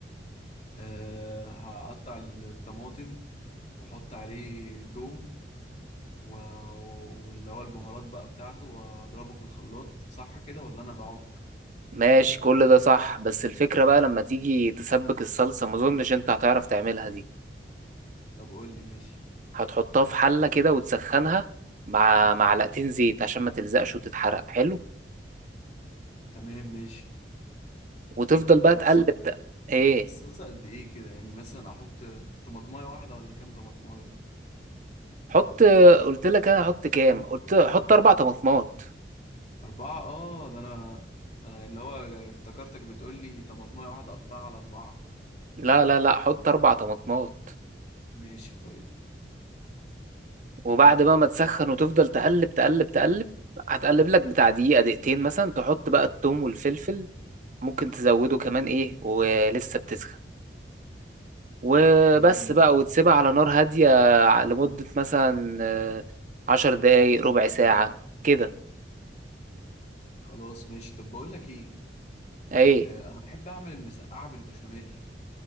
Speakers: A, on the left; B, on the right.
A: آه هقطع الطماطم واحط عليه توم و... واللي هو البهارات بقى بتاعته واضربه في الخلاط صح كده ولا انا بعك
B: ماشي كل ده صح بس الفكرة بقى لما تيجي تسبك الصلصة ما اظنش انت هتعرف تعملها دي
A: طب قول لي ماشي
B: هتحطها في حلة كده وتسخنها مع معلقتين زيت عشان ما تلزقش وتتحرق حلو
A: تمام ماشي
B: وتفضل بقى
A: طب والص-
B: تقلب ت- ايه
A: الصلصة قد ايه كده يعني مثلا احط طماطمايه واحدة ولا كام طماطمايه
B: حط قلت لك انا احط كام قلت حط اربع طماطمات
A: أربعة آه ده أنا ده أنا اللي هو افتكرتك بتقول لي طماطمية واحدة أقطعها على أربعة
B: لا لا لا حط اربع طماطمات
A: ماشي طيب
B: وبعد بقى ما تسخن وتفضل تقلب تقلب تقلب هتقلب لك بتاع دقيقة دقيقتين مثلا تحط بقى التوم والفلفل ممكن تزوده كمان ايه ولسه بتسخن وبس
A: تمام
B: بقى
A: ماشي.
B: وتسيبها على نار هادية لمدة مثلا آه، عشر دقايق ربع ساعة كده
A: خلاص ماشي طب بقول لك إيه
B: ايه
A: آه أنا بحب أعمل المسقعة بالبشاميل